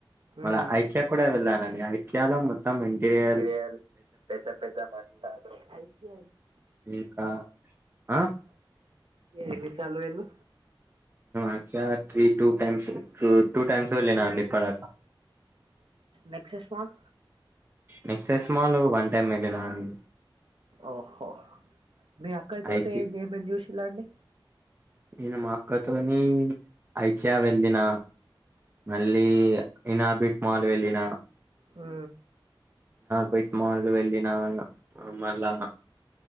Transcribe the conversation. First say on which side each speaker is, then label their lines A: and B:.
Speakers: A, on the right; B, on the right.
A: మల్ల
B: ఉమ్.
A: ఐక్య కూడా వెళ్ళానండి ఐక్యలో మొత్తం ఇంటీరియర్
B: చేయాలి పెద్ద పెద్ద మంచాలు ఆ ఐక్య
A: ఇంకా ఆ
B: ఎన్ని సార్లు పోయిరు
A: IKEA three two times two times వెళ్లిన అండీ ఎప్పడిదాకా
B: నెక్సస్ మాల్
A: నెక్స్ట్ సెస్మాలు వన్ టైమ్ వెళ్ళినా అండి
B: ఓహో మీ అక్కయితోటి
A: ఐకి
B: ఏమేమి చూసిలా అండి
A: నేను మా అక్కతోని ఐక్యా వెళ్ళిన మళ్ళీ ఇనార్బిక్ మాల్ వెళ్ళిన
B: ఉ
A: బట్ మాల్ వెళ్ళిన మళ్ళా